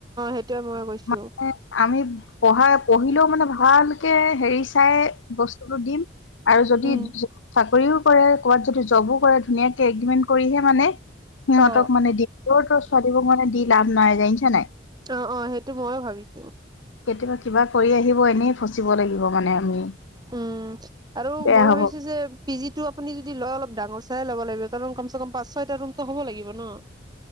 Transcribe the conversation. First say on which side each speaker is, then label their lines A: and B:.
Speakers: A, on the right; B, on the left.
A: <unintelligible> মই কৈছো।
B: মানে আমি পঢ়া পঢ়িলেও, মানে, ভালকে হেৰি চাই, বস্তুটো দিম আৰু যদি
A: উম
B: চাকৰিও কৰে, কৰ'বাত যদি জবো কৰে, ধুনীয়াকৈ এগ্ৰীমেণ্ট কৰিহে, মানে সিহঁতক,
A: অ
B: মানে, দিম। জৰ-তৰ ছোৱালীবোৰক, মানে, দি লাভ নাই, জানিছা, নাই।
A: অ, অ, সেইটো ময়ো ভাবিছো।
B: কেতিয়াবা, কিবা কৰি আহিব, এনে ফচিব লাগিব, মানে, আমি।
A: উম, আৰু
B: বেয়া
A: মই
B: হ'ব
A: ভাবিছো যে পিজিটো, আপুনি যদি লয়, অলপ ডাঙৰ চাই ল'ব লাগিব, কাৰণ কমচে কম পাঁচ-ছয়টা ৰুমটো হ'ব লাগিব, ন?